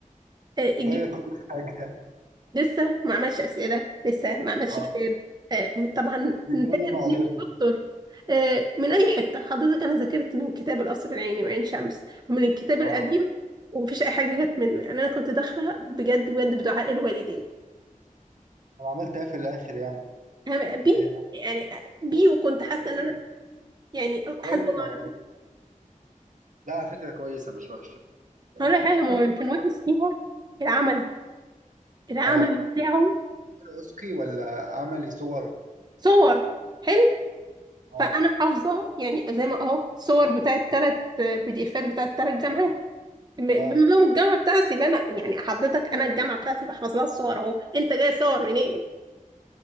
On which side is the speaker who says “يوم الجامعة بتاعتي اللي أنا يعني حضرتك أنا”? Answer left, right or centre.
Right